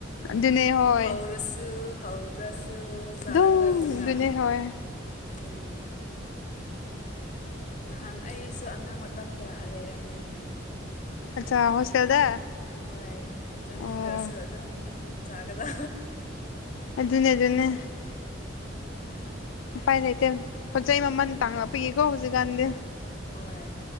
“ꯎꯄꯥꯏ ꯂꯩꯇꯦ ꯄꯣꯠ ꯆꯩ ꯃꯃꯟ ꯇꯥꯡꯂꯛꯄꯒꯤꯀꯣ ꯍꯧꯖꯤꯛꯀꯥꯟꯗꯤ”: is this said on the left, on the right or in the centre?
Left